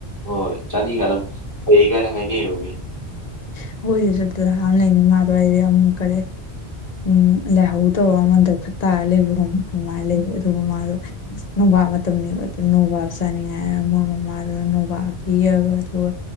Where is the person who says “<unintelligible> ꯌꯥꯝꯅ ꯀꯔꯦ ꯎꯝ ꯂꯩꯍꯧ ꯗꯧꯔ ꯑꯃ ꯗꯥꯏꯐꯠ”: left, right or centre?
Left